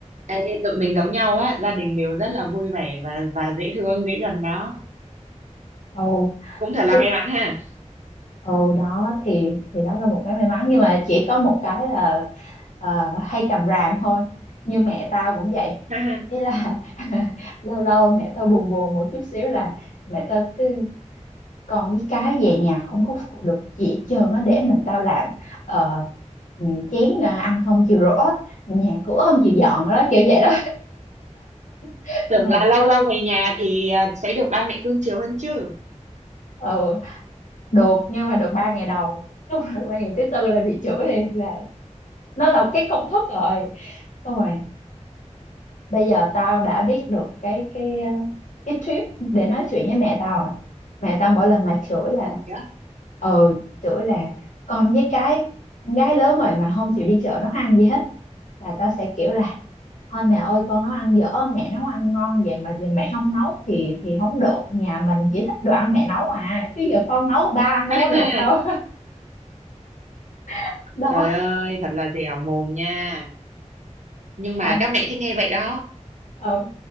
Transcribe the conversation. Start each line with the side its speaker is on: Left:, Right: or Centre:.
Right: Ê, tụi mình giống nhau á, gia đình đều rất là vui vẻ và và dễ thương, dễ gần đó.
Left: ồ
Right: Cũng thật là
Left: chứ
Right: may mắn ha.
Left: ồ đó thì thì đó là một cái may mắn nhưng mà chỉ có một cái là ờ, hay cầm ràm thôi. Như mẹ tao cũng vậy.
Right: <laughs>
Left: Ý là <laughs> lâu lâu mẹ tao buồn buồn một chút xíu là mẹ tao cứ còn cái cái về nhà không có phụ được gì hết trơn á để mình tao làm ờ, ừ, chén à, ăn không chịu rửa nhà cửa không chịu dọn đó kiểu vậy đó <laughs>
Right: Tưởng
Left: Xong rồi
Right: là lâu lâu về nhà thì ờ, sẽ được ba mẹ cưng chiều hơn chứ.
Left: ừ, được nhưng mà được ba ngày đầu xong rồi ba ngày thứ tư là bị chửi liền là nó là cái công thức rồi xong rồi bây giờ tao đã biết được cái cái ờ, cái tip để nói chuyện với mẹ tao rồi mẹ tao mỗi lần mà chửi là
Right: Là gì đó.
Left: ờ chửi là con với cái con gái lớn rồi mà không chịu đi chợ nấu ăn gì hết là tao sẽ kiểu là thôi mẹ ơi con nấu ăn dở mẹ nấu ăn ngon vậy mà giờ mẹ không nấu thì thì không được nhà mình chỉ thích đồ ăn mẹ nấu à chứ giờ con nấu ba ăn đâu
Right: <laughs>
Left: có được đâu <laughs> đó
Right: Trời ơi, thật là dẻo mồm nha. Nhưng mà
Left: xong
Right: các mẹ thích nghe vậy đó.
Left: ừ